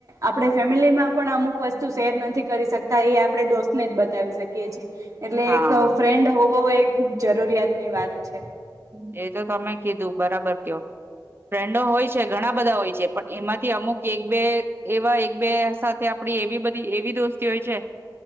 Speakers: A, on the right; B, on the right.
A: આપણે ફેમલીમાં પણ અમુક વસ્તુ શેર નથી કરી શકતા એ આપડણે દોસ્તને જ બતાવી શકીએ છેએ. એટલે
B: હા
A: એક ફ્રેન્ડ હોવો એક ખુબ જરૂરિયાત ની વાત છે.
B: એ તો તમે કીધું બરાબર. ફ્રેન્ડો હોય છે. ઘણા બધા હોય છે. પણ એમાંથી અમુક એક બે એવા એક બે સાથે આપડી એવી બધી એવી દોસ્તી હોય છે,